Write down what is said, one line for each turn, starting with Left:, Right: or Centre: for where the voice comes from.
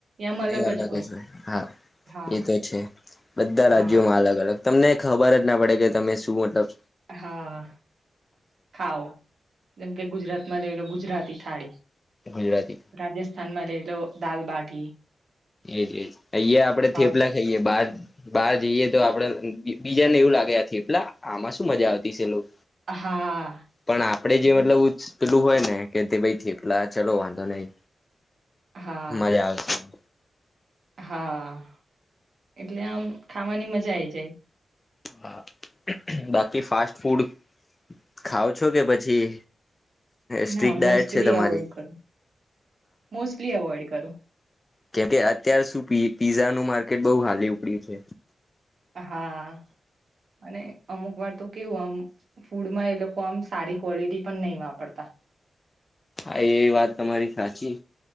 Right: આમ
Left: એ અલગ
Right: જ હોય
Left: અજ રહે હા,
Right: હા
Left: એ તો છે. બધાં
Right: હા
Left: રાજ્યોમાં અલગ અલગ તમને ખબર જ ના પડે કે તમે શું મટલબ
Right: હા, ખાવ. એમ કે ગુજરાત માં લઈ લો ગુજરાતી થાળી,
Left: ગુજરાતી
Right: રાજસ્થાન માં લઈ લો દાલબાટી.
Left: એજ એજ અહીંયા આપડે
Right: સાઉથ
Left: થેપલા ખઈએ, બાર બાર જઈએ તો આપડે અહ ગી બીજા ને એવું લાગે આ થેપલાં? આમાં શું મજા આવતી સે લોક
Right: હા
Left: પણ, આપડે જે
Right: એટલે
Left: મતલબ ઉત્સ પેલું હોય ને કે તે ભઈ થેપલાં, ચલો વાંધો નહી.
Right: હા
Left: મજા આવશે એમ.
Right: હા, એટલે આમ, ખાવાની મજા આઈ જાય.
Left: હા, બાકી ફાસ્ટ ફૂડ ખાવ છો કે પછી સ્ટ્રીક
Right: ના, મોસ્ટલી
Left: ડાયટ છે તમારી
Right: એવોઈડ કરુ. મોસ્ટલી અવોઈડ કરુ.
Left: કેમ કે અત્યાર શું પી પીઝા નું માર્કેટ બોવ હાલી ઉપડ્યું છે.
Right: હા, અને અમુક વાર તો કેવું આમ ફૂડમાં એ લોક કોમ સારી કોલીટી પણ નઈ વાપરતાં.
Left: હા, એ વાત તમારી સાચી